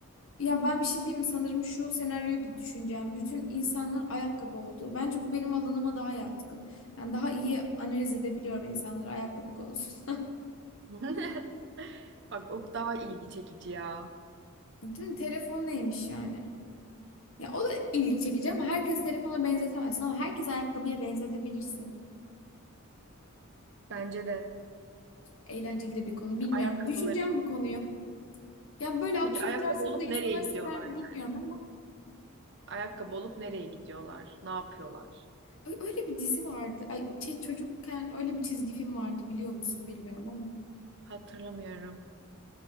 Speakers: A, on the left; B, on the right.
A: Ya ben bir şey diyeyim mi? Sanırım şu senaryoyu da düşüneceğim. Bütün insanların ayakkabı olduğu. Bence bu benim alanıma daha yatkın. Yani daha iyi analiz edebiliyorum insanları ayakkabı konusunda.
B: <laughs> Bak o daha ilgi çekici ya.
A: <laughs> Değil mi? Telefon neymiş yani? Ya o da ilgi çekici ama herkes telefona benzetemezsin ama herkes ayakkabıya benzetebilirsin.
B: Bence de
A: Eğlenceli de bir konu bilmiyorum.
B: ayakkabıların.
A: Düşüneceğim bu konuyu. Yani böyle absürt
B: Peki ayakkabı
A: tarzları
B: olup
A: da insanlar
B: nereye gidiyorlar
A: sever mi bilmiyorum
B: yani?
A: ama.
B: Ayakkabı olup nereye gidiyorlar? Ne yapıyorlar?
A: Ay, öyle bir dizi vardı. Ay, şey, çocukken öyle bir çizgi film vardı biliyor musun bilmiyorum ama.
B: Hatırlamıyorum.